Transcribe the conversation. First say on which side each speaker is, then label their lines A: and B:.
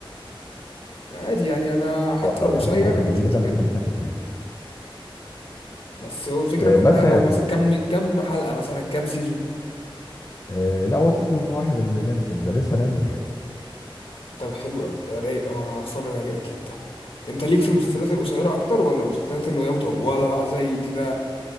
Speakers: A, on the left (about 80°); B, on the left (about 35°).
A: عادي يعني انا حتى
B: هو اه
A: لو
B: يعني
A: قصير
B: قد ما هو كان
A: مش
B: جميل جدا
A: مشكله
B: بس ما كانش طويل
A: بس هو الفكرة
B: آه،
A: كلها
B: بس
A: لو
B: هيعجبك
A: مثلا كم كم حلقة مثلا كم سيزون
B: آه، لا هو سيزون واحد اللي نازل ده لسه نازل يعني
A: طب حلو قوي ده رايق قوي انا هتفرج عليه اكيد ده انت ليك في المسلسلات القصيرة اكتر ولا المسلسلات اللي هي مطولة بقى زي كده